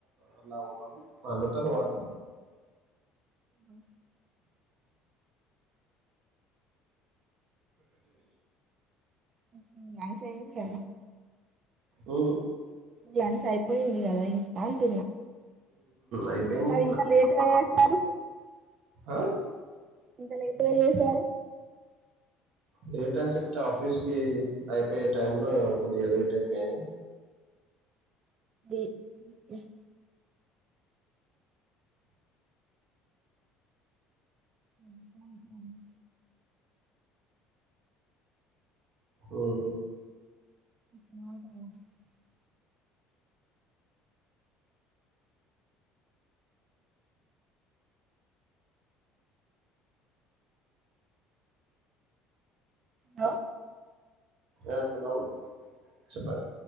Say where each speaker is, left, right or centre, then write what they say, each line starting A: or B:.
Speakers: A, on the right; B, on the right.
A: అలా ఉండరు అండుతారు వాళ్ళు
B: ఉ ఉహు <unintelligible> చేయలే కదా
A: ఉ
B: డ్యాన్స్ అయిపో పోయింది కదా ఇంకా అంటున్నా
A: అయిపోయింది
B: మరి ఇంత లేట్గా వస్తారు
A: ఆ
B: ఇంత లేటుగా ఎమ్ సరే
A: లేట్ అని చెప్తే ఆఫీస్ కి అయిపోయే టైమ్ లో కొద్దిగా లేట్ అయిపోయింది.
B: ది <unintelligible> ఉ థ్యాంక్ యూ అండి
A: ఆ ఆ
B: <inaudible> హలో
A: ఆ హలో చెప్పండి